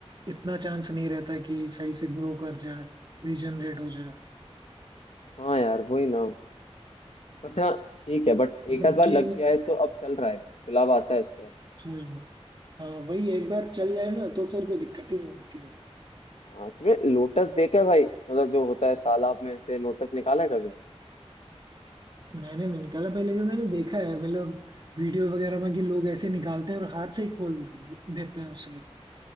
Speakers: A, on the right; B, on the left.
A: इतना चांस नहीं रहता है कि सही से ग्रो कर जाए रीजनरेट हो जाए
B: हाँ यार वही ना बट हाँ ठीक है बट
A: और
B: एक
A: बाकी
B: आध बार लग गया है तो अब चल रहा है गुलाब आता है इस पे अब
A: हाँ हाँ वही है, एक बार चल जाए ना तो फिर कोई दिक्कत ही नहीं होती है
B: हाँ तुमने लोटस देखा है भाई मतलब जो होता है तालाब में से लोटस निकाला है कभी
A: मैंने नहीं निकाला भाई लेकिन मैंने देखा है मतलब वीडियो वगैरह में कि लोग ऐसे निकालते हैं और हाथ से ही खोल देते हैं उसे